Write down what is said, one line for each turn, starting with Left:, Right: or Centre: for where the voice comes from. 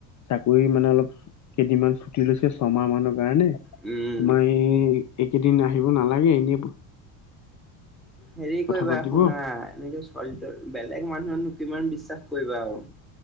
Left: চাকৰি মানে অলপ কেইদিনমান চু টি লৈছে ছমাহ মানৰ কাৰণে।
Centre: উম।
Left: তোমাৰ এই এইকেইদিন আহিব নালাগে এনেই পই
Centre: হেৰি কৰিবা
Left: পাতিব
Centre: শুনা
Left: অ
Centre: এনেকে চু বেলেগ মানুহকনো কিমান বিশ্বাস কৰিবা আৰু।